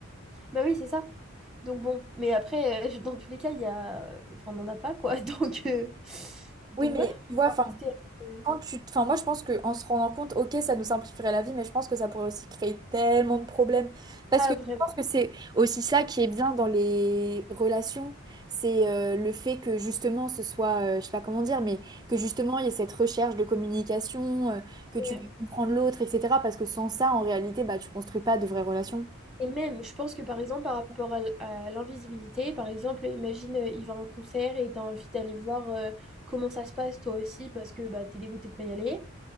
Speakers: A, in the centre; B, on the right.
A: Bah oui, c'est ça. Donc bon, mais après, euh, je- dans tous les cas, il y a... Enfin, on n'en a pas, quoi. <laughs> Donc, euh, Donc
B: Oui, mais
A: voilà,
B: tu
A: on
B: vois, enfin,
A: va rester... euh,
B: Quand tu... Enfin, moi, je pense qu'en se rendant compte, ok, ça nous simplifierait la vie, mais je pense que ça pourrait aussi créer tellement de problèmes. Parce
A: Ah,
B: que
A: vraiment.
B: je pense que c'est aussi ça qui est bien dans les relations, c'est euh, le fait que justement ce soit, euh, je sais pas comment dire, mais que justement il y ait cette recherche de communication, euh, que tu
A: Et
B: veux comprendre l'autre, etc. Parce que sans ça, en réalité, bah, tu construis pas de vraies relations.
A: et même, je pense que par exemple, par rapport à l- à l'invisibilité, par exemple, imagine, euh, il va à un concert et t'as envie d'aller voir euh, comment ça se passe toi aussi parce que bah, t'es dégoûté de pas y aller.